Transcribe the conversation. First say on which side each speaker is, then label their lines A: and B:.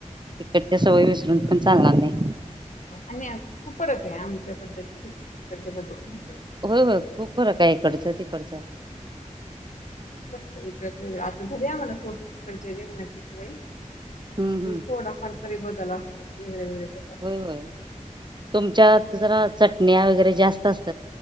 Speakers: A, on the right; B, on the left.
A: तिकडच्या सवयी विस- रुनपण चालणार नाही.
B: आणि खूप फरक आहे. आमच्या पद्धतीत तिकडच्या पद्धतीत.
A: होय होय खूप फरक आहे इकडचं तिकडचं.
B: तरी इकडच तरी आता झालीय आम्हाला सोड इकडच्या जेवणाची सवय.
A: हम्म हम्म
B: थोडाफार तरी बदल असा- वेगळ वेगळ-
A: व्हय व्हय तुमच्या हातच जरा- चटण्या वगैरे जास्त असता-